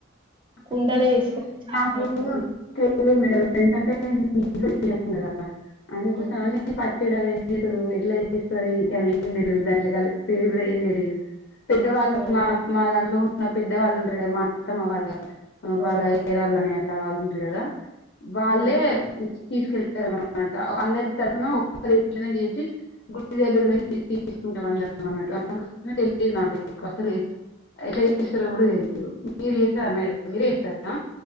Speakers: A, on the left (about 50°); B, on the right (about 25°).
A: పచ్చడి
B: కుండలో
A: అంటే
B: చేసుకుంటే చాలా
A: మాకు
B: మంచిది
A: <unintelligible> ఎందుకంటే <unintelligible> అందుకోసం
B: ఉమ్,
A: అని పచ్చడి అనే ది ఎట్లా చేస్తారు అని ఏం తెలిదు దాంట్లో కలిపి కూడా ఏం తెలిదు పెద్దవాళ్ళు
B: అవును
A: మా దాంట్లో ఉన్న పెద్దవాళ్ళు ఉంటరు కదా మా అత్తమ్మ వాళ్ళు వాళ్ళ
B: అవును
A: ఏరాళ్ళని అట్లా వాళ్ళు ఉంటారు కదా వాళ్ళే
B: ఉమ్,
A: తీసుకెళ్తారన్నమాట అందరు తరపున ఒక్కరే పులిగం చేసి గుడి దగ్గర పోయి తీసుకుంటాం అన్నట్టు తెలీదు నాకు అస్సలు ఎట్ల చేస్తారో కూడా తెలీదు మీరు చేస్తారా
B: అవును.
A: మేడం మీరే చేస్తారా